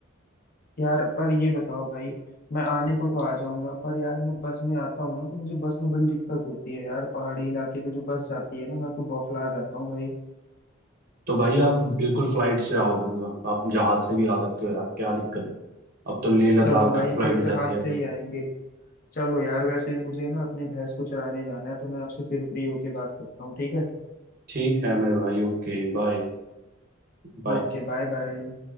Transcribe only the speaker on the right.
तो भाई आप बिल्कुल फ्लाइट से आओ मतलब आप जहाज से भी आ सकते हो यार क्या दिक्कत है अब तो लेह लद्दाख
तक फ्लाइट
जाती है
भाई
ठीक है मेरे भाई ओके बाय बाय